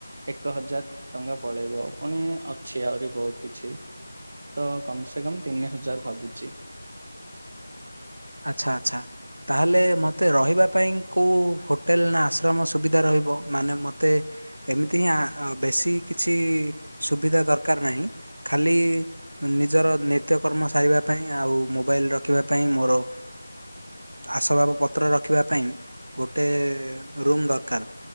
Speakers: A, on the right (about 25°); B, on the right (about 55°).
A: ଏକ ହଜାର ଟଙ୍କା ପଳେଇବ। ପୁଣି ଅଛି ଆହୁରି ବହୁତ କିଛି ତ କମ ସେ କମ ତିନି ହଜାର ଭାବୁଛି।
B: ଆଚ୍ଛା ଆଚ୍ଛା। ତାହେଲେ ମୋତେ ରହିବା ପାଇଁ କେଉଁ ହୋଟେଲ ନା ଆଶ୍ରମ ସୁବିଧା ରହିବ ମାନେ ମୋତେ ଏମିତି ହିଁ ବେଶୀ କିଛି ସୁବିଧା ଦରକାର ନାହିଁ। ଖାଲି ନିଜର ନିତ୍ୟକର୍ମ ସାରିବା ପାଇଁ ଆଉ ମୋବାଇଲ ରଖିବା ପାଇଁ ମୋର। ଆସବାବ ପତ୍ର ରଖିବା ପାଇଁ ଗୋଟେ ରୁମ୍ ଦରକାର।